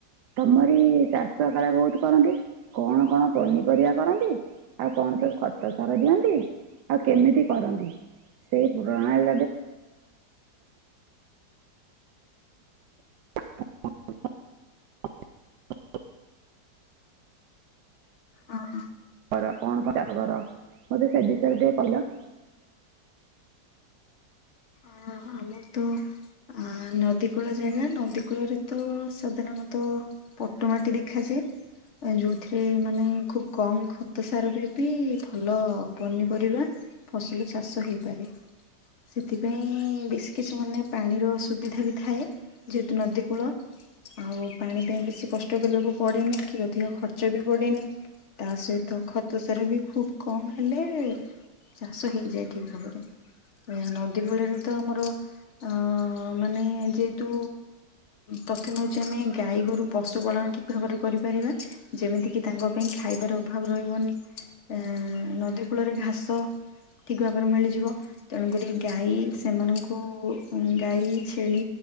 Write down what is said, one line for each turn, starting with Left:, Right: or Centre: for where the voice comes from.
Right: ତମରି ଚାଷ କାଳେ ବହୁତ କରନ୍ତି କଣ କଣ ପନିପରିବା କରନ୍ତି? ଆଉ କଣ ସବୁ ଖତ ସାର ଦିଅନ୍ତି? ଆଉ କେମିତି କରନ୍ତି ସେଇ ପୁୁରଣା <inaudible> <unintelligible>
Left: ହଁ।
Right: କଣ କଣ ଚାଷ କର ମତେ ସେ ବିଷୟରେ ଟିକେ କହିଲ।
Left: ଆମର ତ ଆ ନଦୀ କୂଳ ଜାଗା ନଦୀ କୂଳରେ ତ ସାଧାରଣତଃ ପଟୁ ମାଟି ଦେଖାଯାଏ। ଯୋଉଥିରେ ମାନେ ଖୁବ କମ ଖତ ସାରରେ ବି ଭଲ ପନିପରିବା ଫସଲ ଚାଷ ହେଇପାରେ ସେଥିପାଇଁ ବେଶୀ କିଛି ମାନେ ପାଣିର ସୁୁବିଧା ବି ଥାଏ। ଯେହେତୁ ନଦୀ କୂଳ। ଆଉ ପାଣି ପାଇଁ ବେଶୀ କଷ୍ଟ କରିବାକୁ ପଡ଼େନି କି ଅଧିକ ଖର୍ଚ୍ଚ ବି ପଡ଼େନି। ତା ସହିତ ଖତ ସାରା ବି ଖୁବ କମ୍ ହେଲେ ଚାଷ ହେଇଯାଏ ଠିକ ଭାବରେ ନ ଦୀପଳିରେ ତ ଆମର ଆ ମାନେ ଯେହେତୁ ପ୍ରଥମ ହେଉଛି ଆମେ ଆମେ ଗାଈ ଗୋରୁ ପଶୁ ପାଳନ ଠିକ ଭାବରେ କରିପାରିବା। ଯେମିତି କିି ତାଙ୍କ ପାଇଁ ଖାଇବାର ଅଭାବ ରହିବନି। ଏ ନଦୀ କୂଳରେ ଘାସ ଠିକ ଭାବରେ ମିଳିଯିବ ତେଣୁକରି ଗାଈ ସେମାନଙ୍କୁ ଉଁ ଗାଈ ଛେଳି